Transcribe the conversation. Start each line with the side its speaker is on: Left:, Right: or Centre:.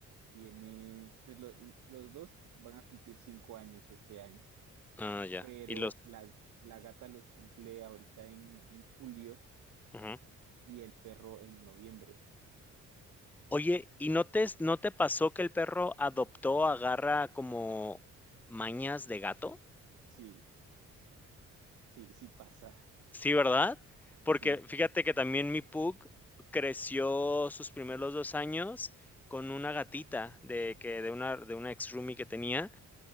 Right: tiene, pues lo- los dos van a cumplir cinco años este año,
Centre: Ah, ya.
Right: pero
Centre: Y los.
Right: la, la gata los cumple ahorita en, en julio
Centre: Ujú.
Right: y el perro en noviembre.
Centre: Oye, ¿y no te no te pasó que el perro adoptó, agarra como mañas de gato?
Right: Sí, sí, sí pasa,
Centre: Sí, ¿verdad? Porque
Right: sí.
Centre: fíjate que también mi pug creció sus primeros 2 años con una gatita de que de una de una ex roomie que tenía,